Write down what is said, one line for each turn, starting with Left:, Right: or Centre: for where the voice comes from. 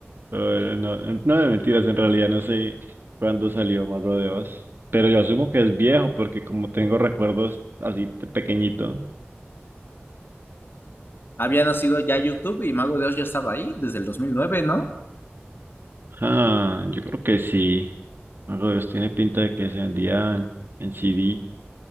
Right: Bueno, no, no de mentiras, en realidad no sé cuándo salió Mago de Oz, pero yo asumo que es viejo porque como tengo recuerdos así de pequeñito.
Left: había nacido ya YouTube y Mago de Oz ya estaba ahí desde el 2009, ¿no?
Right: Ah, yo creo que sí. Mago de Oz tiene pinta de que se vendían en CD.